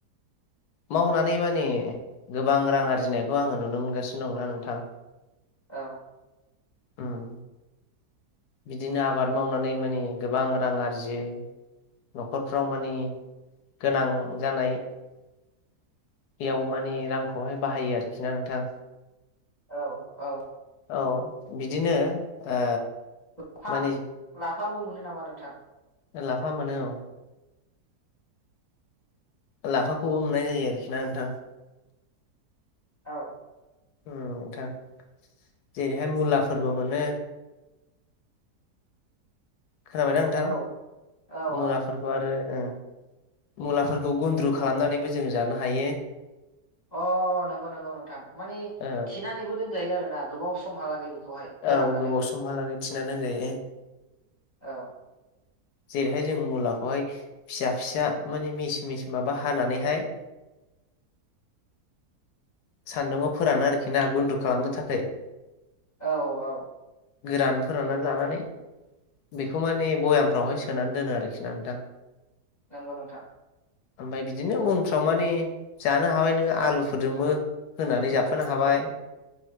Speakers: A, on the left (about 75°); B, on the left (about 35°).
A: मावनानै माने गोबां रां आरजिनायखौ आङो नुनो मोनगासिनो दंना नोंथां।
B: औ
A: ओम बिदिनो आबाद मावनानै माने गोबां रां आरजियो न'खरफ्राव मानि गोनां जानाय बेयाव माने रांखौहाय बाहायो आरोखि ना नोंथां।
B: औ-औ
A: औ बिदिनो ओ
B: लाफा
A: माने
B: लाफाबो मोनो नामा नोंथां।
A: लाफा मोनो औ। लाफाखौबो मोननाय जायो आरोखिना नोंथां।
B: औ
A: नोंथां जेरैहाय मुलाफोरबो मोनो खोनाबायदा नोंथां
B: औ औ
A: मुलाफोरखौ
B: औ
A: आरो ओ मुलाफोरखौ गुन्द्रु खालामनानैबो जों जानो हायो
B: अ नंगौ नंगौ नोंथां माने
A: औ
B: थिनानैबो दोनजायो आरो ना गोबाव समहालागै बेखौहाय फोराननानै
A: औ गोबाव समहालागै थिना दोनजायो।
B: औ
A: जेरैहाय जों मुलाखौहाय फिसा फिसा माने मिस मिस माबा हानानैहाय सान्दुंआव फोरानो आरोखि ना गुन्दु खालामनो थाखाय
B: औ-औ
A: गोरान फोराननानै लानानै बेखौ माने भयामफ्रावहाय सोनानै दोनो आरोखि ना नोंथां
B: नंगौ नोंथां
A: ओमफ्राय बिदिनो उनफ्राव माने जानो हाबाय नोङो आलु फोरजोंबो होनानै जाफानो हाबाय